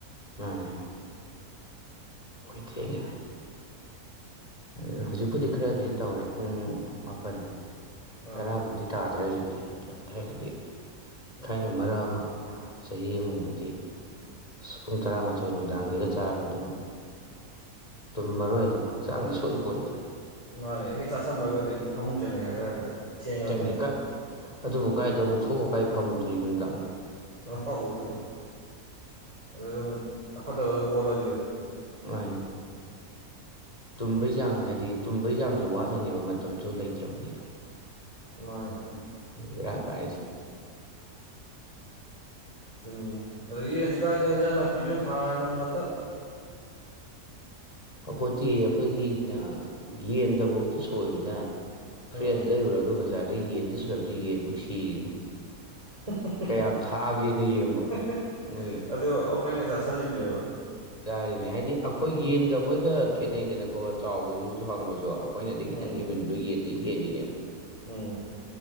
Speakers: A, on the left; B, on the right.
A: ꯃꯥꯅꯦ ꯍ‌ꯣꯏ ꯊ‌ꯦꯡꯉ‌ꯦ ꯕꯥꯏ ꯑꯗꯨꯅ
B: ꯑꯗꯨꯗꯒꯤꯅꯤ
A: ꯍꯧꯖꯤꯛꯄꯨꯗꯤ ꯈꯔꯗꯤ ꯇꯧꯔꯦ ꯄꯨꯡ ꯃꯥꯄꯜ
B: ꯑꯥ
A: ꯇꯔꯥꯕꯨꯗꯤ ꯇꯥꯗ꯭ꯔꯦ ꯍꯧꯖꯤꯛꯇꯤ ꯊꯥꯏꯅꯗꯤ ꯊꯥꯏꯅ ꯃꯔꯛ ꯑꯃ ꯆꯍꯤ ꯑꯃꯃꯨꯛꯇꯤ ꯑꯁ ꯄꯨꯡ
B: ꯎꯝ
A: ꯇꯔꯥꯃꯥꯊꯣꯏ ꯅꯨꯡꯗꯥꯡꯗꯒ ꯆꯥꯔ ꯑꯗꯨꯅ ꯇꯨꯝꯃꯔꯣꯏꯗꯣ ꯍꯛꯆꯥꯡꯗꯤ ꯁꯣꯛꯏꯄ‌‌ꯣꯠꯅꯤꯗ
B: ꯃꯥꯅꯦ ꯍꯦꯛ ꯆꯥꯥꯁꯟꯕꯗ ꯑꯩꯗꯤ ꯐꯃꯨꯡ ꯆꯪꯒꯦ ꯍꯥꯏꯔꯛꯑꯅꯤ ꯊꯦꯡꯉꯕꯅꯤꯅ
A: ꯅꯤ ꯀ ꯑꯗꯨꯕꯨ ꯀꯥꯏꯗ ꯑꯃꯨꯛ ꯊꯣꯛꯑ ꯀꯥꯏ ꯐꯝꯃꯨꯗꯣꯔꯤꯒꯦ ꯅꯨꯡꯇꯥꯛꯅ
B: ꯑꯥꯎ ꯑꯗꯨ ꯑꯗꯨꯝ ꯑꯗꯨ ꯑꯗꯨꯝ ꯑꯐꯠꯇꯕ ꯑꯗꯨꯝ ꯑꯣꯠꯂꯅꯤ
A: ꯃꯥꯅꯦ ꯇꯨꯝꯕꯩ ꯆꯥꯡ ꯍꯥꯏꯗꯤ ꯇꯨꯝꯕꯩ ꯆꯥꯡꯁꯨ ꯋꯥꯠꯂꯅꯦꯕ ꯃꯇꯝꯁꯨ ꯂꯩꯇ꯭ꯔꯕꯅꯤꯅ
B: ꯃꯣꯏ
A: ꯕ‌ꯦꯔꯥ ꯀꯥꯏꯁꯤ
B: ꯇꯨꯅꯦꯅꯦ ꯑꯗꯒꯤ ꯍꯧꯖꯤꯛꯀꯥꯟꯗꯤ ꯏꯟꯖꯥꯡ ꯅꯥꯄꯤꯁꯨ ꯍꯥꯔ ꯅꯨꯡ ꯉꯥꯛꯇ
A: ꯐꯄꯣꯠꯇꯤꯌ‌ꯦ ꯑꯩꯈꯣꯏꯒꯤ ꯌ‌ꯦꯟꯗꯕꯧꯇ ꯁꯣꯏꯕꯗ
B: ꯎꯝ
A: ꯐ꯭ꯔꯦꯁ ꯂꯩꯔꯨꯔꯒ ꯕꯖꯥꯔꯗ ꯌꯦꯟꯗ ꯁꯣꯏꯕꯗꯨ ꯌꯦꯟꯕꯨꯛ ꯁꯤꯔꯤꯅꯤ
B: <unintelligible> <unintelligible>
A: ꯀꯌꯥꯝ ꯊꯥꯛꯑꯒꯦꯗ ꯌꯦꯡꯉꯣꯕ ꯃꯣꯏ
B: ꯑꯗꯨ ꯑꯩꯈꯣꯏꯅ ꯆꯁꯤꯜꯂꯤꯅꯦꯕ
A: ꯌꯥꯔꯤꯅꯦ ꯍꯥꯏꯗꯤ ꯑꯩꯈꯣꯏ ꯌꯦꯟꯒ ꯑꯩꯈꯣꯏꯒ ꯈꯦꯠꯅꯩꯗꯅꯀꯣ ꯆꯥꯎꯕꯁꯨ ꯁꯥꯡꯕꯁꯨ ꯑꯩꯈꯣꯏꯅꯗꯤ
B: ꯎꯝ
A: ꯈꯤꯇꯪ ꯏꯃ꯭ꯌꯨꯟꯗꯨꯣ ꯌꯦꯟꯗꯩ ꯍꯦꯜꯂꯤꯅꯦꯕ
B: ꯎꯝ